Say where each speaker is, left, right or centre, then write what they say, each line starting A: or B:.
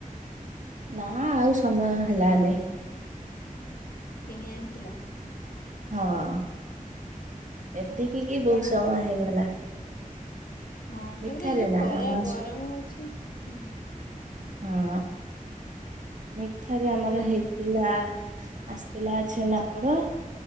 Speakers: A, on the right; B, on the left.
A: ନା ଆଉ ସମୟ ହେଲାନି।
B: କିଣି ଆଣିଥିଲା।
A: ହଁ ଏତିକି
B: ଆଉ
A: କିି ବହୁତ
B: କଣ?
A: ସମୟ ହେଇଗଲା।
B: ହଁ
A: ମିଠାରେ
B: ତାପରେ ଏଇ ଯୋଉ ଖରା
A: ନା ଆମ
B: ଗରମ ହଉଛି। ହୁଁ
A: ହଁ ମିଠାରେ ଆମର
B: ଠିଆ
A: ହେ ଥିଲା ଆସିଥିଲା ଛେନାପୋଡ,